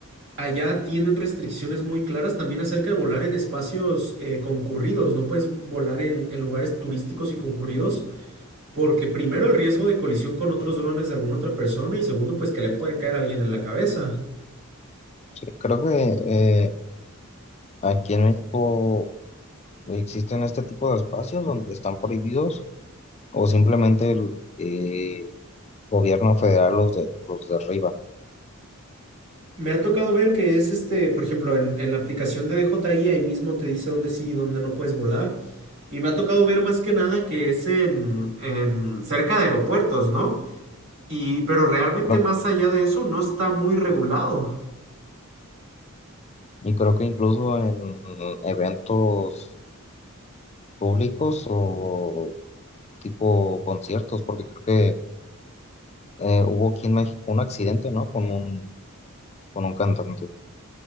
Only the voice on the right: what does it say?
Allá tienen restricciones muy claras también acerca de volar en espacios eh, concurridos, no puedes volar en, en lugares turísticos y concurridos. Porque primero el riesgo de colisión con otros drones de alguna otra persona y segundo pues que le pueden caer a alguien en la cabeza.
Me ha tocado ver que es este, por ejemplo, en, en la aplicación de DJI ahí mismo te dice dónde sí y dónde no puedes volar. Y me ha tocado ver más que nada que es en, en cerca de aeropuertos, ¿no? Y, pero realmente
más allá de eso no está muy regulado.